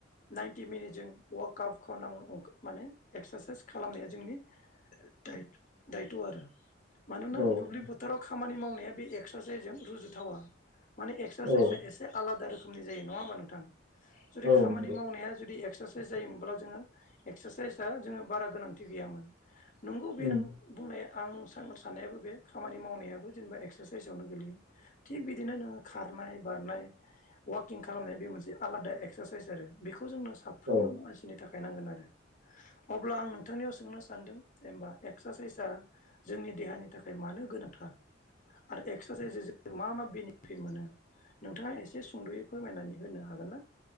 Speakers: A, on the left; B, on the right.
A: नाइनटि मिनिटजों वाक काब खनां <unintelligible> माने एक्सासाइस खालामनाया जोंनि <unintelligible> दायद दायत' आरो मानोना
B: औ
A: दुब्लि
B: नंगौ
A: फोथाराव खामानि मावनाया बे एक्सासाइसजों रुजुथावा माने एक्सासाइजआ
B: नोंथां
A: एसे आलादा रोखोमनि जायो नङा होमबा नोंथां जुदि
B: औ नंगौ नोंथां औ
A: खामानि
B: नंगौ
A: मावनाया जुदि एक्स सासाइस जायोमोनब्ला जोङो एक्सासाइसआ जोङो बारा गोनांथि गैयामोन नंगौ बे
B: उम
A: नों बुंनाया आं साह <unintelligible> साननायाबो बे खामानि मावनायाबो जेनेबा एक्सासाइसआवनो गोलैयो थिग बिदिनो नोङो खार नाय बारनाय वाकिं खालामनाय बे मोनसे आलादा एक्साइस आरो बेख खौ जोंनो साफ्रोमबो
B: औ
A: मानसिनि थाखाय नांगोन आरो। अब्ला आं नोंथांनियाव सोंनो सानदों जेनबा एक्सासाइसआ जोंनि देहानि थाखाय मानो गो गोनांथा आरो एक्सासाइसजों जों मा मा बेनिफिट मोनो। नोंथाङा एसे सुंद'यै फोरमायनानै होनो हागोन ना?